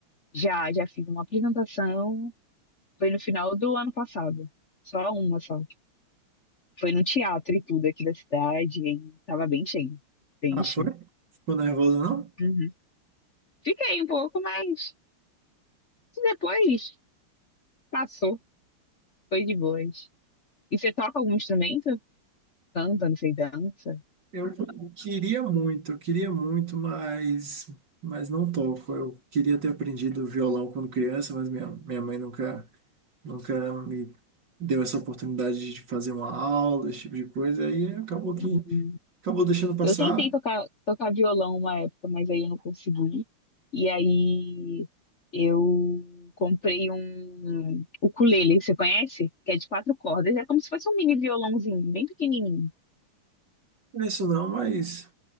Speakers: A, on the left; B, on the right.
A: Já, já fiz uma apresentação, foi no final do ano passado. Só uma só. Foi num teatro e tudo aqui da cidade, e aí tava bem cheio. Bem
B: Ah, foi?
A: cheio.
B: Ficou nervosa não?
A: Uhum. Fiquei um pouco, mas depois passou. Foi de boas. E você toca algum instrumento? Canta, não sei, dança?
B: Eu queria muito, eu queria muito, mas, mas não toco. Eu queria ter aprendido violão quando criança, mas minha, minha mãe nunca, nunca me deu essa oportunidade de fazer uma aula, esse tipo de coisa, aí acabou que
A: Uhum.
B: acabou deixando passar.
A: Eu tentei tocar, tocar violão uma época, mas aí eu não consegui. E aí eu comprei um ukulele, você conhece? Que é de quatro cordas, é como se fosse um mini violãozinho, bem pequenininho.
B: Não é isso não, mas,